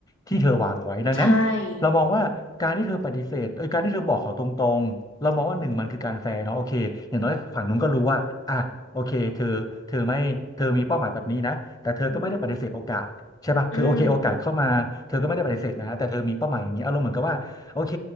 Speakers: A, on the left; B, on the left.
A: ที่เธอวางไว้ดังนั้น
B: ใช่
A: เรามองว่าการที่เธอปฏิเสธเอ้ยการที่เธอบอกเขาตรงๆเรามองว่าหนึ่งมันคือการแฟร์เนาะโอเคอย่างน้อยฝั่งนู้นก็รู้ว่าอ่ะโอเคเธอเธอไม่เธอมีเป้าหมายแบบนี้นะแต่เธอก็ไม่ได้ปฏิเสธโอกาสใช่ปะคือโอเคโอกาสเข้ามาเธอก็ไม่ได้ปฏิเสธนะแต่เธอมีเป้าหมายอย่างนี้อารมณ์เหมือนกับว่าโอเค
B: อืมอืม